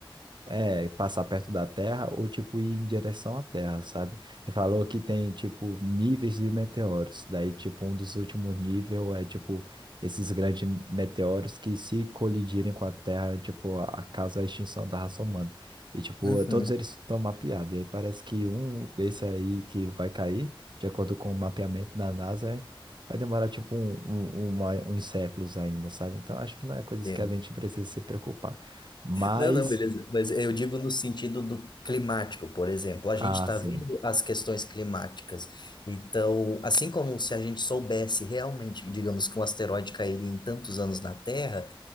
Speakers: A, on the right; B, on the left.
A: é, passar perto da Terra ou, tipo, ir em direção à Terra, sabe? E falou que tem, tipo, níveis de meteoros. Daí, tipo, um dos últimos níveis é, tipo, esses grandes meteoros que se colidirem com a Terra, tipo, a- causa a extinção da raça humana. E, tipo,
B: uhum,
A: todos eles estão mapeados. E aí parece que um desse aí que vai cair, de acordo com o mapeamento da NASA, é- vai demorar, tipo, um, um- uma- uns séculos ainda, sabe? Então, acho que não é
B: entendo.
A: coisa que a gente precisa se preocupar. Mas...
B: Não, não, beleza. Mas eu digo no sentido do climático, por exemplo. A
A: Ah,
B: gente está
A: sim.
B: vendo as questões climáticas. Então, assim como se a gente soubesse realmente, digamos, que um asteroide cairia em tantos anos na Terra,